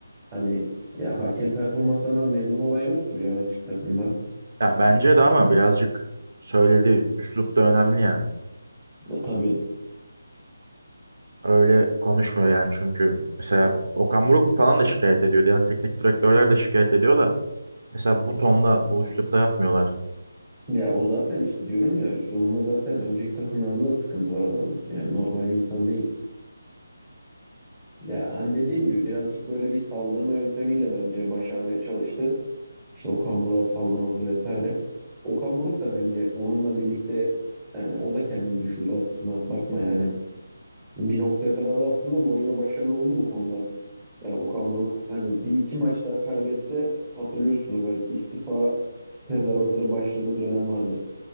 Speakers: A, on the right (about 20°); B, on the right (about 65°).
A: Hani ya hakem performanslarından memnun olan yoktur ya hiçbir takımda.
B: ya bence de ama birazcık söylediği üslup da önemli ya.
A: Ya tabii
B: Öyle konuşmuyor yani çünkü mesela Okan Buruk falan da şikayet ediyor. Diğer teknik direktörler de şikayet ediyor da Mesela bu tonda, bu üslupta yapmıyorlar.
A: ya o zaten işte diyorum ya üslubunda zaten önceki takımlarında da sıkıntı var adamın. Yani normal bir insan değil. Ya hani dediğim gibi birazcık böyle bir saldırma yöntemiyle bence başarmaya çalıştı. İşte Okan Buruk'a sallaması vesaire. Okan Buruk da bence onunla birlikte yani o da kendini düşürdü aslında. Bakma yani. Bir noktaya kadar da aslında Mourinho başarılı oldu bu konuda. Yani Okan Buruk hani bir iki maç daha kaybetse hatırlıyorsunuz belki istifa tezahüratları başladığı dönem vardı.